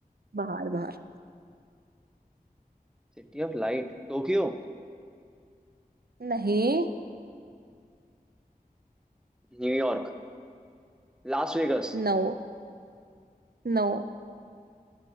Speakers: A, on the right; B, in the centre.
A: बाहर बाहर
B: City of light Tokyo
A: नहीं
B: New York Las Vegas
A: नो नो